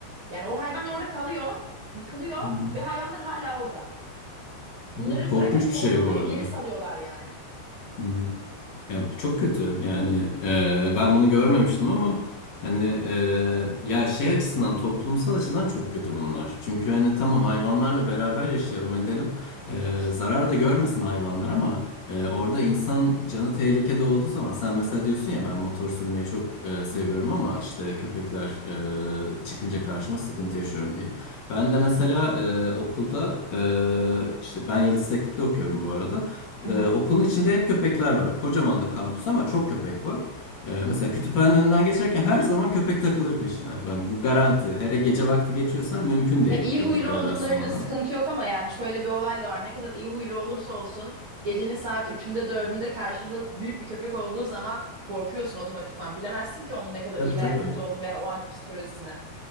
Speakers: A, on the right; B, on the left.
A: Yani o hayvanlar orada kalıyor, yıkılıyor
B: Hı hı.
A: ve hayvanlar hala orada. Bunları
B: Bu korkunç
A: bırakın toplamayı
B: bir şey bu arada.
A: geri salıyorlar yani.
B: Hı. Ya bu çok kötü yani e, ben bunu görmemiştim ama hani e, ya şey açısından toplumsal açıdan çok kötü bunlar. Çünkü hani tamam hayvanlarla beraber yaşayalım edelim E,
A: Evet.
B: zarar da görmesin hayvanlar ama e, orada insan canı tehlikede olduğu zaman sen mesela diyorsun ya ben motor sürmeyi çok e, seviyorum ama işte köpekler e, çıkınca karşıma sıkıntı yaşıyorum diye. Ben de mesela e, okulda e, işte ben Yıldız Teknik'te okuyorum bu arada.
A: Hı
B: Ee,
A: hı.
B: okulun içinde hep köpekler var. Kocaman da kampüs ama çok köpek var. Ee, mesela kütüphanenin önünden geçerken her zaman köpek takılır peşine. Ben bu garanti. Hele gece vakti geçiyorsan mümkün değil
A: Ya iyi
B: köpeklere
A: huylu olduklarında
B: rastlamadan.
A: sıkıntı yok ama yani şöyle bir olay da var. Ne kadar iyi huylu olursa olsun gecenin saat üçünde dördünde karşında büyük bir köpek olduğu zaman korkuyorsun otomatikman. Bilemezsin ki onun ne kadar
B: Tabii
A: iyi veya
B: tabii.
A: kötü olduğunu veya o anki psikolojisini.